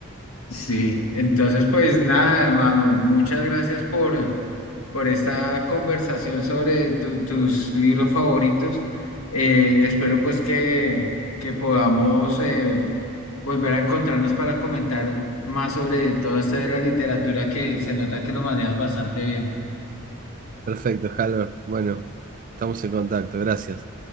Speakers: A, on the left; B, on the right.
A: Sí, entonces pues nada, hermano, muchas gracias por, por esta conversación sobre tu- tus libros favoritos. Eh, espero pues que, que podamos... eh, volver a encontrarnos para comentar más sobre todo esto de la literatura que se nota que lo manejas bastante bien.
B: Perfecto, Halvor, bueno, estamos en contacto, gracias.